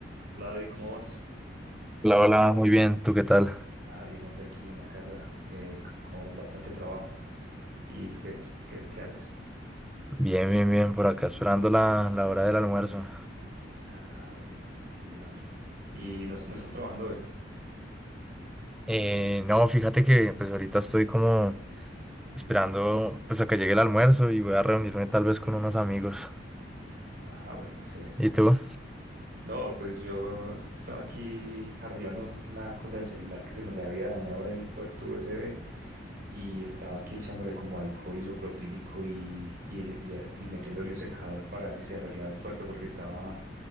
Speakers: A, on the right; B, in the centre.
A: Hola David, ¿cómo vas?
B: Hola, hola, muy bien, ¿tú qué tal?
A: Ah, bien, hombre, aquí en la casa eh, c- con bastante trabajo. ¿Y tú qué, qué, qué haces?
B: Bien, bien, bien, por acá esperando la, la hora del almuerzo.
A: Ah, muy bien, qué bien, hombre. ¿Y no, no estás trabajando hoy?
B: Eh, no, fíjate que pues ahorita estoy como esperando pues a que llegue el almuerzo y voy a reunirme tal vez con unos amigos.
A: Ah, bueno, excelente.
B: ¿Y tú?
A: No, pues yo estaba aquí arreglando una cosa del celular que se me le había dañado el puerto USB y estaba aquí echándole como alcohol isopropílico y, y, y, a- y metiéndole un secador para ver si se arreglaba el puerto porque estaba,